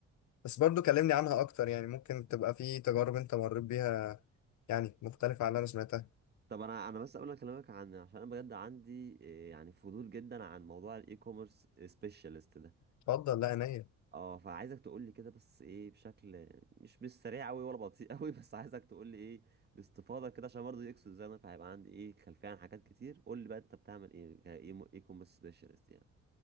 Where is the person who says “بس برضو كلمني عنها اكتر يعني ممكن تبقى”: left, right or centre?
Left